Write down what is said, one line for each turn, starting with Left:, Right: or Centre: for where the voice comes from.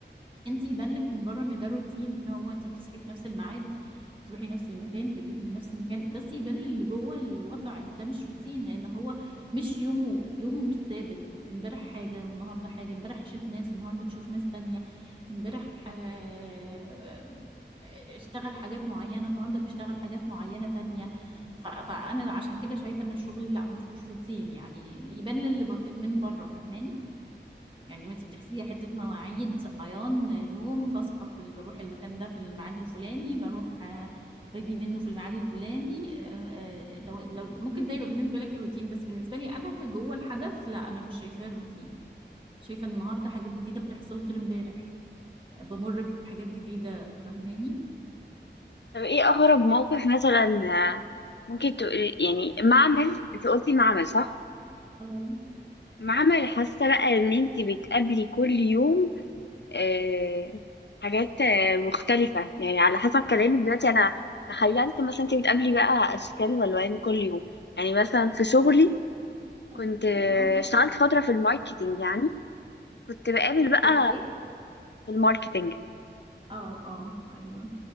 Right: انت يبان لك من بره ان ده روتين اللي هو انت بتصحي في نفس الميعاد بتروحي نفس المكان بتيجي من نفس المكان بس يبان اللي جوه الوضع ان ده مش روتين لان هو مش يومه يومه مش ثابت امبارح حاجه والنهارده حاجه امبارح شاف ناس النهارده بيشوف ناس تانية امبارح آه، آه، اشتغل حاجات معينه النهارده بيشتغل حاجات معينه تانية ف- فانا عشان كده شايفه ان الشغل لا ما فيهوش روتين يعني يبان للي ب- من بره فاهماني يعني ما انت بتحسبيها حته مواعيد صحيان نوم بصحى في ال- بروح المكان ده في الميعاد الفلاني بروح آه، باجي منه في الميعاد الفلاني آه، آه، لو لو ممكن ده يبقى بالنسبه لك روتين بس بالنسبه لي انا كجوه الحدث لا انا مش شايفاه روتين شايفه ان النهارده حاجات جديده بتحصل غير امبارح بمر بحاجات جديده فاهماني
Left: طب ايه اغرب موقف مثلا آه، ممكن تقولي يعني معمل انت قلتي معمل صح
Right: اه
Left: معمل حاسة بقى ان انت بتقابلي كل يوم آه، حاجات آه، مختلفة يعني على حسب كلامك دلوقتي انا تخيلت مثلا انت بتقابلي بقى اشكال والوان كل يوم يعني مثلا في شغلي كنت
Right: اكيد
Left: آه،
Right: اه
Left: اشتغلت فترة في الماركتينج يعني كنت بقابل بقى
Right: في الايه
Left: في الماركتينج
Right: اه اه ايوه